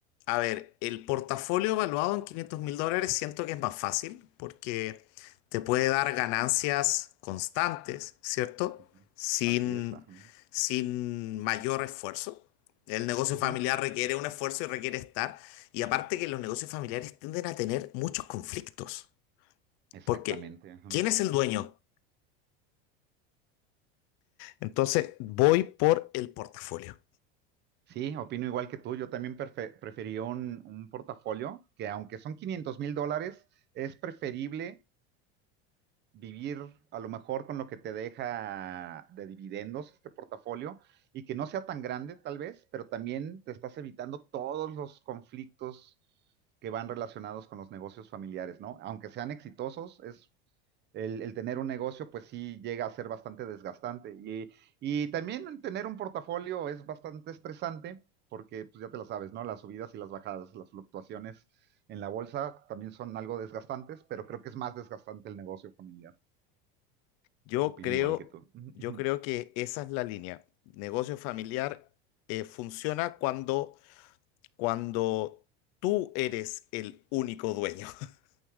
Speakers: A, on the left (about 55°); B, on the right (about 35°).
A: a ver, el portafolio evaluado en quinientos mil dólares siento que es más fácil porque te puede dar ganancias constantes, ¿cierto?
B: Ujú.
A: Sin,
B: Así es. ajá.
A: sin mayor esfuerzo. El negocio
B: Ujú.
A: familiar requiere un esfuerzo y requiere estar. Y aparte que los negocios familiares tienden a tener muchos conflictos,
B: Exactamente.
A: porque
B: ajá.
A: ¿quién es el dueño? Entonces, voy por el portafolio.
B: Sí, opino igual que tú. Yo también prefe- preferiría un, un portafolio que aunque son 500 mil dólares, es preferible vivir a lo mejor con lo que te deja de dividendos este portafolio y que no sea tan grande tal vez, pero también te estás evitando todos los conflictos que van relacionados con los negocios familiares, ¿no? Aunque sean exitosos, es el, el tener un negocio pues sí llega a ser bastante desgastante y, y también tener un portafolio es bastante estresante porque pues ya te lo sabes, ¿no? Las subidas y las bajadas, las fluctuaciones en la bolsa también son algo desgastantes, pero creo que es más desgastante el negocio familiar.
A: Yo
B: Opino
A: creo,
B: igual que tú. <laughs>
A: yo creo que esa es la línea. Negocio familiar eh, funciona cuando, cuando tú eres el único dueño. <laughs>